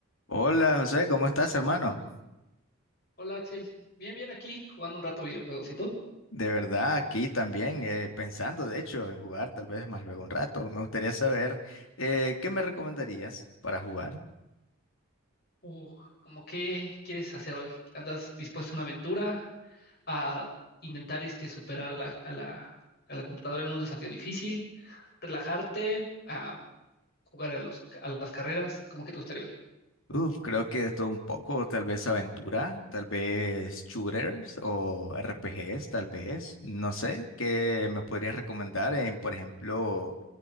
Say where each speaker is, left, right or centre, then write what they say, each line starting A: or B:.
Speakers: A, on the left; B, on the left.
A: Hola José, ¿cómo estás, hermano?
B: Hola Axel, bien, bien aquí jugando un rato videojuegos. ¿Y tú?
A: De verdad, aquí también eh, pensando, de hecho, en jugar tal vez más luego un rato. Me gustaría saber eh, qué me recomendarías para jugar.
B: Uh, ¿cómo qué quieres hacer hoy? ¿Andas dispuesto a una aventura? ¿A intentar este, superar a la, a la, a la computadora en un desafío difícil? ¿Relajarte? ¿A jugar a los, a las carreras? ¿Cómo que te gustaría hoy?
A: Uf, creo que esto un poco, tal vez aventura, tal vez shooters o RPGs, tal vez. No sé, ¿qué me podrías recomendar en, por ejemplo,